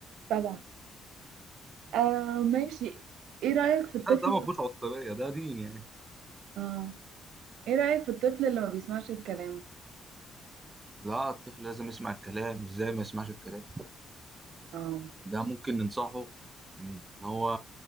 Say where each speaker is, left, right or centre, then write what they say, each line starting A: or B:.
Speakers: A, on the right; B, on the right.
A: طبعا آه ماشي ايه رأيك في الطفل
B: ده ده
A: اللي-
B: ما فيهوش عنصريه ده دين يعني
A: اه ايه رأيك في الطفل اللي ما بيسمعش الكلام
B: لا الطفل لازم يسمع الكلام ازاي ما يسمعش الكلام
A: اه
B: ده ممكن ننصحه ان هو